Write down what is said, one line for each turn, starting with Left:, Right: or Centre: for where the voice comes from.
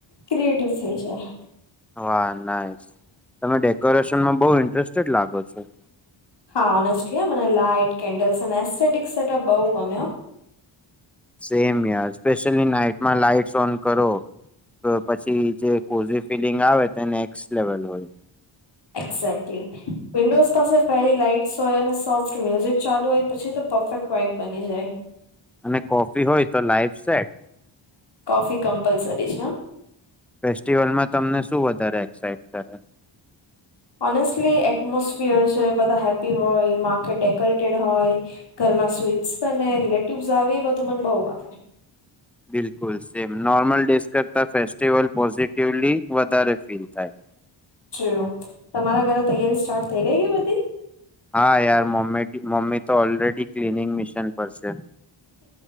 Left: ક્રિએટિવ થઈ જાય.
Centre: હા, નાઈસ તમે ડેકોરેશનમાં બહુ ઇન્ટરેસ્ટેડ લાગો છો
Left: હા, ઓનેસ્ટલી મને લાઈટ, કેન્ડલ્સ, અને સીડીગ સેટઅપ બહું ગમે હ
Centre: સેમ યાર સ્પેશલી નાઇટ માં લાઈટસ ઓન કરો તો, પછી જે કોઝી ફિલિંગ આવે તે નેક્સ લેવલ હોય
Left: એકઝેકટલી વિન્ડોઝ પાસે ફેરી લાઈટસ હોય અને સોફ્ટ મ્યુઝિક ચાલુ હોય, પછી તો પરફેક્ટ વાઈબ બની જાય.
Centre: અને કોફી હોય, તો લાઈફ સેટ.
Left: કોફી કમ્પલસરી છે હ.
Centre: ફેસ્ટિવલમાં તમને શું વધારે એક્સાઈટ કરે.
Left: ઓનેસ્ટલી એટમોસફિયર છે, બધા હેપ્પી હોય માકે ડેકોરેટેડ હોય ઘરમાં સ રિલેેટીવસ આવે એ બધું મને બહુ ગમે.
Centre: બિલકુલ સેમ નોર્મલ ડેઝ કરતાં ફેસ્ટિવલ પોઝિટિવલી વધારે ફીલ થાય.
Left: જ તમારા ઘરે તૈયારી સ્ટાર્ટ થઈ ગઈ કે બધી.
Centre: હા યાર મમ્મી મમ્મી તો ઓલરેડી ક્લીનિંગ મિશીન પર છે.